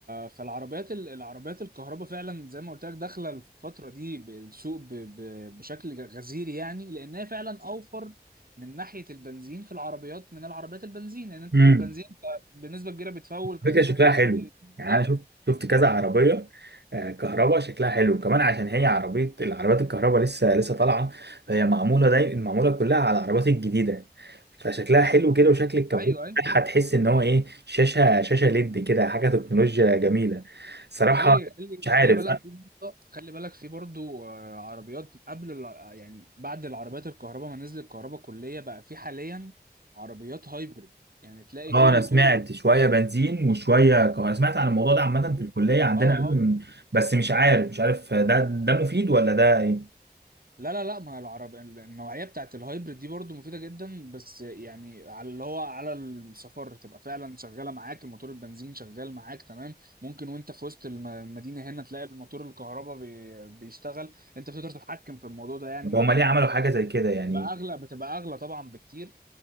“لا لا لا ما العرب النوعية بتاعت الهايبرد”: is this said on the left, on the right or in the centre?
Right